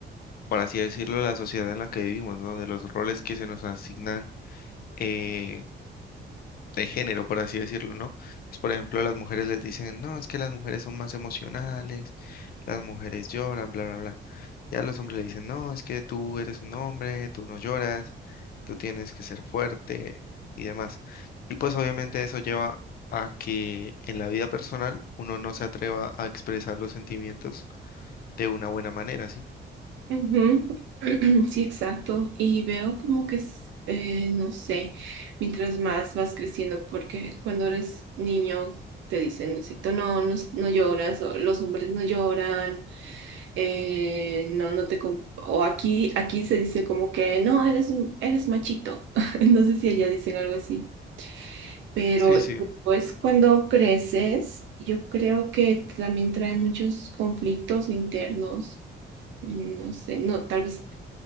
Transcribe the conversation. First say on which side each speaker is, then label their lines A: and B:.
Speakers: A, on the left (about 55°); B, on the right (about 85°).
A: por así decirlo, la sociedad en la que vivimos, ¿no? De los roles que se nos asignan, eh, de género, por así decirlo, ¿no? Pues, por ejemplo, a las mujeres les dicen, no, es que las mujeres son más emocionales, las mujeres lloran, bla, bla, bla. Y a los hombres le dicen, no, es que tú eres un hombre, tú no lloras, tú tienes que ser fuerte y demás. Y pues obviamente eso lleva a que en la vida personal uno no se atreva a expresar los sentimientos de una buena manera, ¿sí?
B: Ujú. <clears throat> Sí, exacto. Y veo como que, es, eh, no sé, mientras más vas creciendo, porque cuando eres niño te dicen, no, sé, tú no, no, no lloras, o los hombres no lloran, eh, no, no te... com- O aquí, aquí se dice como que, no, eres, un- eres machito. <laughs> No sé si allá dicen algo así. Pero
A: Sí, sí.
B: pues cuando creces, yo creo que también trae muchos conflictos internos. No sé, no, tal vez